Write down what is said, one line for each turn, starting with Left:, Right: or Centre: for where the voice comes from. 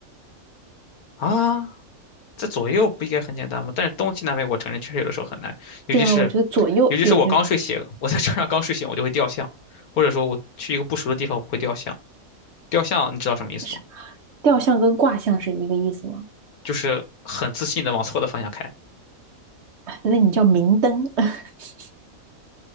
Left: 啊。这左右不应该很简单吗？但是东西南北，我承认确实有的时候很难，尤其是
Right: 对吧？我觉得左右有些
Left: 尤其是我刚睡醒，我在车上刚睡醒，我就会掉项，或者说我去一个不熟的地方，我会掉项。掉项你知道什么意思吗？
Right: 是吊象跟卦象是一个意思嘛，
Left: 就是很自信的往错的方向开，
Right: 哎那你叫明灯 <laughs>